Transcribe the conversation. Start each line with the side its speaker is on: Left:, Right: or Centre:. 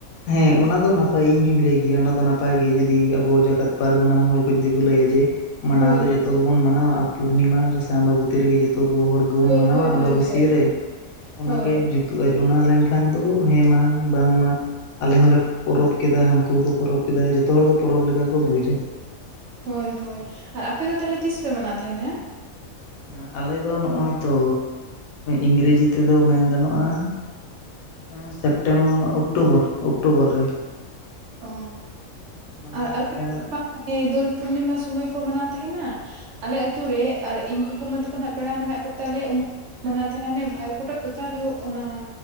Left: ᱦᱮᱸ ᱚᱱᱟ ᱫᱚ ᱱᱟᱯᱟᱭ ᱤᱧ ᱦᱚᱧ ᱞᱟᱹᱭ ᱜᱮᱭᱟ ᱚᱱᱟ ᱫᱚ ᱱᱟᱯᱟᱭ ᱤᱧ ᱦᱩᱧ ᱞᱟᱹᱭ ᱜᱮᱭᱟ ᱡᱩᱫᱤ ᱟᱵᱚ ᱡᱟᱠᱟᱛ ᱯᱟᱨᱜᱟᱱᱟ ᱢᱚᱦᱚᱞ ᱠᱚ ᱡᱩᱫᱤ ᱠᱚ ᱞᱟᱹᱭᱟ ᱡᱮ ᱢᱟᱱᱟᱣ
Right: ᱦᱳᱭ
Left: ᱫᱚ
Right: ᱦᱳᱭ
Left: ᱡᱚᱛᱚ ᱜᱮᱵᱚᱱ ᱢᱟᱱᱟᱣᱟ ᱟᱨ ᱯᱩᱨᱱᱤᱢᱟ ᱨᱮ ᱥᱮ ᱟᱢᱵᱟᱵᱚᱛᱤ ᱨᱮᱜᱮ ᱡᱚᱛ ᱛᱚ ᱫᱚ ᱦᱚᱲ ᱜᱮᱵᱚᱱ
Right: ᱦᱳᱭ
Left: ᱢᱟᱱᱟᱣᱟ
Right: ᱦᱳᱭ
Left: ᱟᱢᱵᱟᱵᱟᱹᱥᱭᱟᱹ
Right: ᱦᱳᱭ ᱦᱳᱭ
Left: ᱨᱮ, ᱚᱱᱟᱜᱮ
Right: ᱦᱳᱭ
Left: ᱡᱩᱫ ᱛᱩᱜᱼᱟ ᱚᱱᱟ ᱞᱮᱱᱠᱷᱟᱱ ᱫᱚ ᱦᱮᱸ ᱢᱟ ᱵᱟᱝᱢᱟ ᱟᱞᱮ ᱦᱚᱸᱞᱮ ᱯᱚᱨᱚᱵᱽ ᱠᱮᱫᱟ ᱦᱟᱹᱱᱠᱩᱠᱚ ᱯᱚᱨᱚᱵᱽ ᱠᱮᱫᱟ ᱡᱚᱛᱚ ᱦᱚᱲᱜᱮ ᱯᱚᱨᱚᱵᱽ ᱞᱮᱠᱟ ᱠᱚ ᱵᱩᱡᱟ᱾
Right: ᱦᱳᱭ ᱦᱳᱭ ᱟᱨ ᱟᱯᱮ ᱫᱚ ᱛᱟᱦᱞᱮ ᱛᱤᱥ ᱯᱮ ᱢᱟᱱᱟᱣ ᱛᱟᱦᱮᱱᱟ?
Left: ᱮᱸᱜ ᱟᱞᱮ ᱫᱚ ᱱᱚᱜᱼᱚᱭ ᱛᱚ ᱤᱝᱨᱮᱡᱤ ᱛᱮᱫᱚ ᱢᱮᱱ ᱜᱟᱱᱚᱜᱼᱟ ᱮᱸ ᱥᱮᱯᱴᱮᱢ ᱚᱠᱴᱳᱵᱚᱨ ᱚᱠᱴᱳᱵᱚᱨ ᱨᱮ᱾
Right: ᱚ
Left: ᱢᱟᱱᱮ
Right: ᱟᱨ ᱟᱞᱮ
Left: ᱟᱵᱮᱱᱟᱜ
Right: <unintelligible> ᱫᱳᱞ ᱯᱩᱨᱱᱤᱢᱟ ᱥᱩᱢᱚᱭ ᱠᱚ ᱢᱟᱱᱟᱣ ᱛᱟᱦᱮᱱᱟ ᱟᱞᱮ ᱟᱛᱩᱨᱮ ᱟᱨ ᱤᱧ ᱠᱩᱠᱩᱢᱟ ᱛᱟᱠᱚ ᱱᱟᱦᱟᱜ ᱯᱮᱲᱟ ᱢᱮᱱᱟᱜ ᱠᱚᱛᱟᱞᱮ ᱩᱱ <unintelligible> ᱢᱟᱱᱟᱣ ᱛᱟᱦᱮᱸᱱ ᱾ ᱢᱟᱱᱮ ᱵᱷᱟᱭ ᱯᱷᱳᱴᱟ ᱫᱚᱥᱟᱨ ᱦᱤᱞᱳᱜ ᱚᱱᱟ